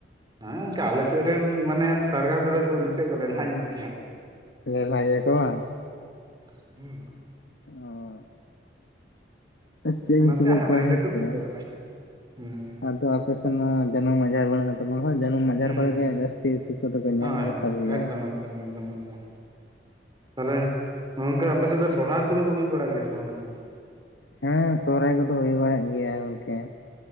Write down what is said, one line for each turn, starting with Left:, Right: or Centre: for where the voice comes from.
Right: ᱦᱮᱸ ᱜᱚᱝᱠᱮ ᱟᱞᱮ ᱥᱮᱫ ᱨᱮᱱ ᱢᱟᱱᱮ ᱥᱟᱨᱜᱟ ᱠᱚᱫᱚ ᱠᱚ ᱱᱟᱥᱮ ᱠᱚ ᱞᱮᱞᱦᱟ
Left: ᱚ
Right: ᱧᱚᱜ ᱜᱮᱭᱟ᱾
Left: ᱞᱮᱞᱦᱟ ᱜᱮᱭᱟ ᱠᱚ ᱵᱟᱝ ᱾
Right: <unintelligible>
Left: ᱚᱻ ᱪᱮᱫ
Right: ᱚᱱᱟᱛᱮ
Left: ᱮᱢ ᱪᱤᱠᱟᱹ
Right: ᱦᱟᱸᱰᱮ
Left: ᱠᱚᱣᱟ
Right: ᱱᱟᱰᱮ
Left: ᱦᱮᱸᱥᱮ᱾
Right: ᱠᱚ ᱛᱩᱠᱟᱹ ᱵᱟᱲᱟ ᱠᱟᱜᱼᱟ ᱦᱩᱸ
Left: ᱟᱫᱚ ᱟᱯᱮ ᱥᱮᱱᱢᱟ ᱡᱟᱱᱩᱢ ᱢᱟᱜ ᱟᱡᱟᱨ ᱵᱟᱹᱱᱩᱜ ᱟᱛᱚ? ᱢᱚᱱᱮ ᱦᱚᱭ ᱡᱟᱹᱱᱩᱢ ᱢᱟᱜ ᱟᱡᱟᱨ
Right: ᱦᱩᱸ
Left: ᱠᱚᱨᱮ
Right: ᱦᱩᱸ
Left: ᱜᱮ
Right: ᱦᱩᱸ
Left: ᱡᱟᱹᱥᱛᱤ ᱛᱩᱠᱟᱹ ᱫᱚᱠᱚ ᱧᱟᱢ
Right: ᱦᱳᱭ
Left: ᱜᱮᱛᱟ
Right: ᱦᱳᱭ
Left: ᱠᱚ ᱜᱮᱭᱟ᱾
Right: ᱮᱠᱫᱚᱢ ᱮᱠᱫᱚᱢ ᱮᱠᱫᱚᱢ᱾ ᱛᱟᱦᱚᱞᱮ ᱜᱚᱝᱠᱮ ᱟᱯᱮᱥᱮᱫ ᱫᱚ ᱥᱚᱨᱦᱟᱭ ᱠᱚᱫᱚ ᱠᱚ ᱦᱩᱭ ᱵᱟᱲᱟᱜ ᱜᱮᱭᱟ ᱥᱮ ᱵᱟᱝ ᱜᱚᱝᱠᱮ?
Left: ᱦᱮᱸ ᱥᱚᱨᱦᱟᱭ ᱠᱚᱫᱚ ᱦᱩᱭ ᱵᱟᱲᱟᱜ ᱜᱮᱭᱟ ᱜᱚᱝᱠᱮ᱾